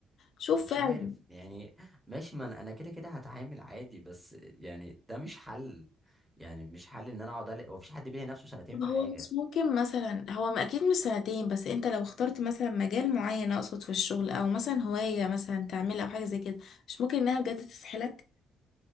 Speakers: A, on the left; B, in the centre.
A: شوف
B: مش
A: فعلا
B: عارف يعني ماشي ما انا أنا كده كده هتعامل عادي بس يعني ده مش حل يعني مش حل ان انا اقعد ألق- هو مفيش حد بيلي نفسه سنتين
A: طب
B: في
A: هو
B: حاجه
A: مش ممكن مثلا هو اكيد مش سنتين بس انت لو اخترت مثلا مجال معين اقصد في الشغل او مثلا هواية مثلا تعملها او حاجة زي كده مش ممكن انها بجد تسحلك